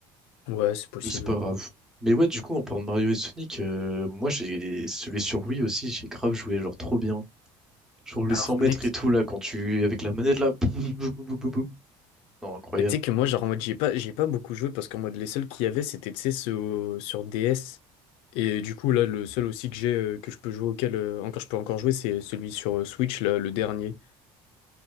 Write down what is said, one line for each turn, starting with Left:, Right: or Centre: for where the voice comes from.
Left: Ouais, c'est possible.
Centre: Mais c'est pas grave. Mais ouais, du coup, en parlant de Mario et Sonic, euh, moi j'ai celui sur Wii aussi, j'ai grave joué, genre trop bien. Genre les
Left: Alors,
Centre: 100 mètres
Left: mec,
Centre: et tout, là, quand tu... Avec la manette, là... boum, boum, boum, boum, boum, boum. Non, incroyable.
Left: Et tu sais que moi, genre en mode, j'ai pas, j'ai pas beaucoup joué parce qu'en mode, les seuls qu'il y avait, c'était, tu sais, ceux au- sur DS. Et du coup, là, le seul aussi que j'ai, euh, que je peux jouer auquel euh, encore, je peux encore jouer, c'est celui sur euh, Switch, là, le dernier.